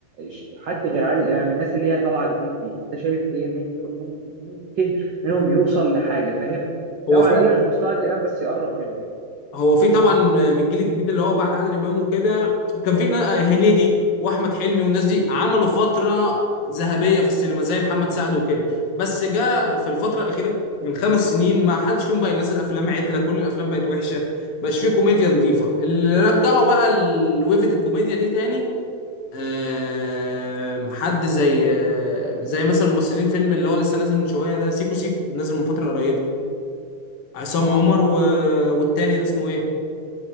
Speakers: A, on the right; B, on the left.
A: ش- حد غير عادل امام الناس اللي هي طالعه جديد دي انت شايف ايه مين- مم- ممكن منهم يوصل لحاجه فاهم
B: هو
A: لو على
B: في
A: الاقل مش مستوى عادل امام بس يقرب منه
B: هو في طبعا من الجيل الجديد اللي هو بعد عادل امام وكده كان في نا- هنيدي واحمد حلمي والناس دي عملوا فتره ذهبيه في السينما زي محمد سعد وكده بس جاء في الفتره الاخيره من خمس سنين ما حدش فيهم بقى ينزل افلام عدله كل الافلام بقت وحشه مبقاش فيه كوميديا نظيفه اللي رجعوا بقى ال- ويفة الكوميديا دي تاني آم، حد زي آه، زي مثلا ممثلين فيلم اللي هو لسه نازل من شويه ده سيكو سيكو نازل من فتره قريبه عصام عمر و... والتاني ده اسمه ايه